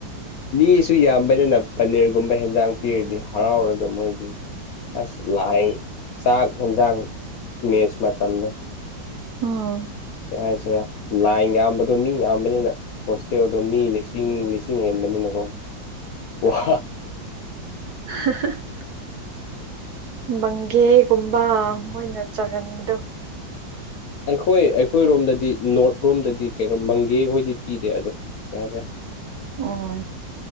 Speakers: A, on the left; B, on the right.
A: ꯃꯤꯁꯨ ꯌꯥꯝꯕꯅꯤꯅ ꯄꯅꯤꯔꯒꯨꯝꯕ ꯍꯦꯟꯖꯥꯡ ꯄꯤꯔꯗꯤ ꯍꯔꯥꯎꯔꯒ ꯃꯣꯏꯗꯤ ꯑꯁ ꯂꯥꯛ ꯆꯥꯛ ꯌꯦꯟꯁꯥꯡ ꯃꯦꯆ ꯃꯇꯝꯗ
B: ꯎꯝ
A: ꯀꯩ ꯍꯥꯏꯁꯤꯔꯦ ꯂꯥꯏ ꯌꯥꯝꯕꯗꯣ ꯃꯤ ꯌꯥꯝꯕꯅꯤꯅ ꯍꯣꯁꯇꯦꯜꯗꯣ ꯃꯤ ꯂꯤꯁꯤꯡ ꯂꯤꯁꯤꯡ ꯍꯦꯟꯕ ꯅꯤ ꯅꯀꯣ ꯋꯥ
B: n. ꯕꯪꯒꯦꯒꯨꯝꯕ ꯃꯣꯏꯅ ꯆꯥꯒꯟꯕꯗꯣ
A: ꯑꯩꯈꯣꯏ ꯑꯩꯈꯣꯏꯔꯣꯝꯗꯗꯤ ꯅꯣꯔꯠ ꯔꯣꯝꯗꯗꯤ ꯀꯩꯅꯣ ꯃꯪꯒꯦ ꯍꯣꯏꯗꯤ ꯄꯤꯗꯦ ꯑꯗꯣ ꯀꯦꯖꯦ
B: ꯎꯝ